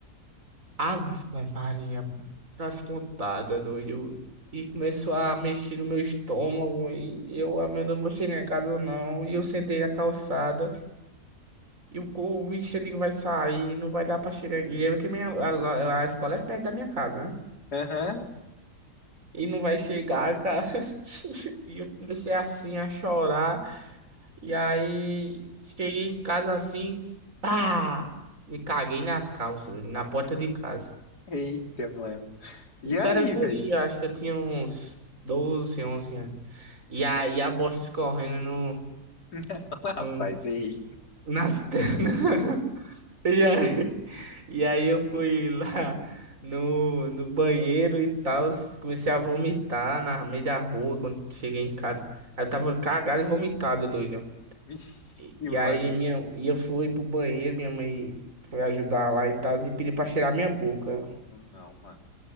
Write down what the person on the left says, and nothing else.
aham.
Eita, mano. E
aí,
velho?
<laughs> Rapaz,
ei.
Vixe,
mano.
Não, mano.